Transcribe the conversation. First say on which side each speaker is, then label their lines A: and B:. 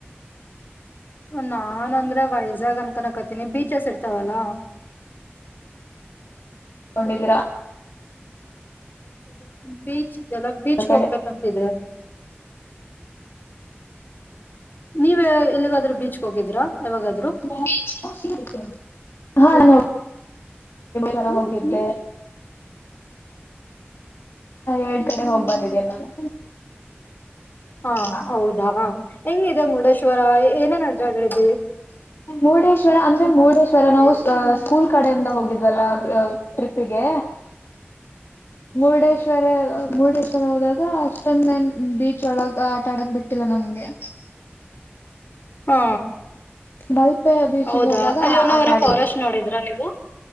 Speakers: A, on the left; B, on the left.
A: ನಾ ಅಂದ್ರೆ ವೈಜಾಗ್ ಅಂತನ ಕತೀನಿ ಬೀಚಸ್ ಇರ್ತವಲ್ಲ
B: ಡಿದರ
A: ಬೀಚ್ ಇಯಲ್ಲ ಬೀಚ್ ಹೋಗ್ಬೇಕಂತಿದೆ
B: ಕಡೆ
A: ನೀವ ಎಲ್ಲಿಗಾದ್ರೂ ಬೀಚ್ಗೆ ಹೋಗಿದ್ರಾ ಯಾವಾಗಾದ್ರೂ
B: ಹಾ ಹ ತರ ಹೋಗಿದ್ದೆಮ ಎರಡ್ ಕಡೆ ಹೋಗ್ ಬಂದಿದ್ದೀನಿ ನಾನು
A: ಹಾ
B: ಭ
A: ಹೌದಾ ಹೆಂಗಿದೆ ಮುರುಡೇಶ್ವರ ಏನೇನ್ ಅಡ್ಡಾಡಿದ್ರಿ
B: ಮುರುಡೇಶ್ವರ ಅಂದ್ರೆ ಮುರುಡೇಶ್ವರ ನಾವು ಸ್ಕೂಲ್ ಕಡೆಯಿಂದ ಟ್ರಿಗೆ ವರೆ ಮೂರು ದೇಸರ ಹೋದಾಗ ಅಷ್ಟೊಂದನ್ ಬೀಚ್ ಒಳಗ ಆಟ ಆಡಕ್ ಬಿಟ್ಟಿಲ್ಲ ನಮ್ಗೆ
A: ಹಾ
B: ಮಲ್ಪೆ ಬೀಚ್ಗೆ
A: ಹೌದಾ
B: ಹೋದಾಗ
A: ಅಲ್ಲಿ ಒನ್ನವರ
B: ಆಟ ಆಡಿ
A: ಫಾರೆಸ್ಟ್ ನೋಡಿದ್ರಾ ನೀವು